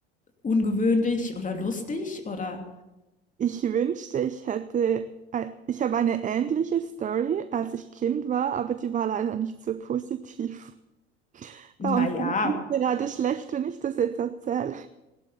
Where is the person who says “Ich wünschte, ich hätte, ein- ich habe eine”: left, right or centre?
Right